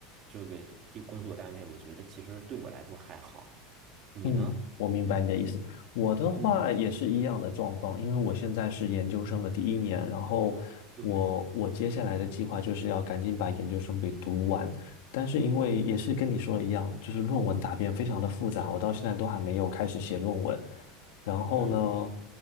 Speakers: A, on the right; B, on the left.
A: 这个这工作单位，我觉得其实对我来说还好。你呢？
B: 嗯，我明白你的意思。我的话也是一样的状况，
A: 嗯，
B: 因为我现在是研究生的第一年，然后我我接下来的计划就是要赶紧把研究生给读完。
A: 对，
B: 但是因为也是跟你说的一样，就是论文答辩非常的复杂，我到现在都还没有开始写论文。然后呢，
A: 嗯